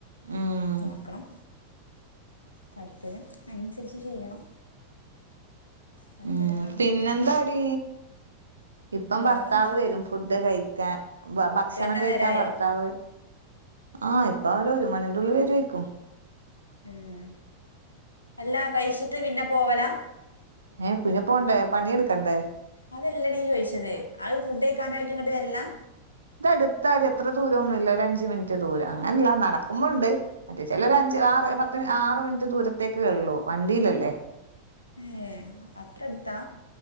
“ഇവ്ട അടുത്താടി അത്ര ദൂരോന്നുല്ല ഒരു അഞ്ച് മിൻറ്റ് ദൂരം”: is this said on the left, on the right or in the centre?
Right